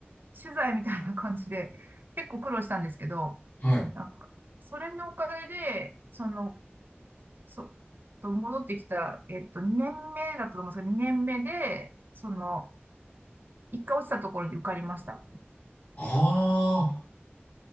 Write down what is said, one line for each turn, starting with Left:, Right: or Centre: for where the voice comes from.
Right: 取材みたいな感じで、結構苦労したんですけど、
Left: はい。
Right: なんかそれのおかげで、そのそう、と戻ってきた、えっと、2年目だったと思うんですけど、2年目で、その、一回落ちたところに受かりました。
Left: ああ、